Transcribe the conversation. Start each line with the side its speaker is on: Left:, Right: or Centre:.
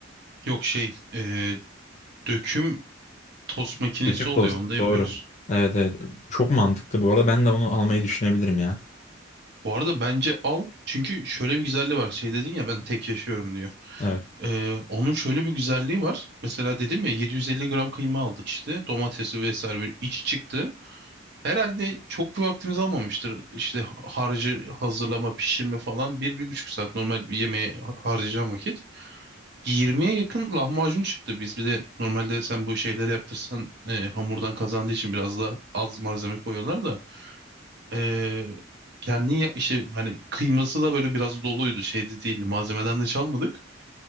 Right: Yok şey e, döküm tost makinesi
Left: Bütün tost.
Right: oluyor. Onu da yapıyoruz.
Left: Doğru. Evet evet. Çok mantıklı bu arada. Ben de onu almayı düşünebilirim ya.
Right: Bu arada bence al. Çünkü şöyle bir güzelliği var. Şey dedin ya ben tek yaşıyorum diye.
Left: Evet.
Right: Ee, onun şöyle bir güzelliği var. Mesela dedim ya 750 gram kıyma aldık işte. Domatesi vesaire böyle iç çıktı. Herhalde çok bir vaktimiz almamıştır. İşte harcı hazırlama, pişirme falan. Bir, bir buçuk saat normal bir yemeğe ha- harcayacağım vakit. Yirmiye yakın lahmacun çıktı. Biz bir de normalde sen bu şeyleri yaptırsan e, hamurdan kazandığı için biraz daha az malzeme koyuyorlar da. Ee, kendin ya işte hani kıyması da böyle biraz doluydu şeyde değil malzemeden de çalmadık.